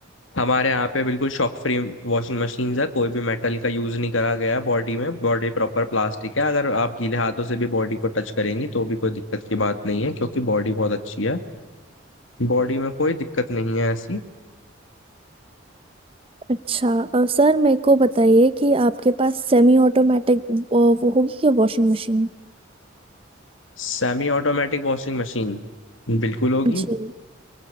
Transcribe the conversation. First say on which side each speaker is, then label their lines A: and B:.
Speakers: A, on the left (about 85°); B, on the right (about 30°).
A: हमारे यहाँ पे बिल्कुल शॉक फ्री वॉशिंग मशीन है कोई भी मेटल का यूज नहीं करा गया है बॉडी में बॉडी प्रॉपर प्लास्टिक है अगर आप गीले हाथों से भी बॉडी को टच करेंगी तो भी कोई दिक्कत की बात नहीं है क्योंकि बॉडी बहुत अच्छी है बॉडी में कोई दिक्कत नहीं है ऐसी
B: अच्छा अ, सर मेरे को बताइए कि आपके पास सेमी ऑटोमेटिक वो वो होगी क्या वॉशिंग मशीन
A: सेमी ऑटोमेटिक वॉशिंग मशीन बिल्कुल होगी
B: जी